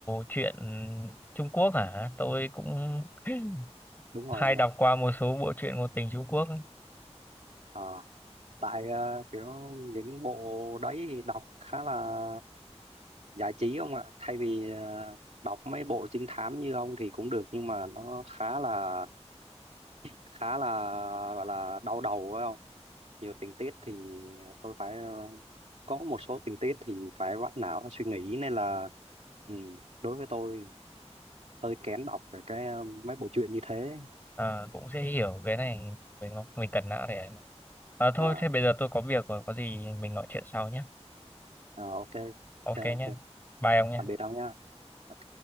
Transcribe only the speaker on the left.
truyện Trung Quốc hả tôi cũng <clears throat>
<laughs>
hay
đọc
qua một số bộ truyện ngôn tình Trung Quốc
à, cũng sẽ hiểu cái này mình mình cần não để à, thôi
thế bây giờ tôi có việc rồi có gì mình nói chuyện sau nhé
ok
nhé
bye ông nhé